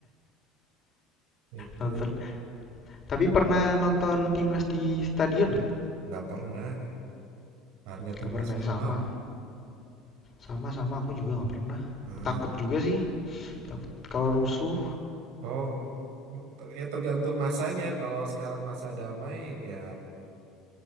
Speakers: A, on the right; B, on the left.
A: itu
B: Nonton, tapi pernah nonton timnas di stadion gak?
A: nggak pernah. Harga timnas
B: Gak pernah ya,
A: mahal.
B: sama, sama-sama aku juga gak pernah.
A: Nah,
B: Takut juga sih, takut kalau rusuh,
A: oh ter- ya tergantung masanya. Kalau sekarang masa damai ya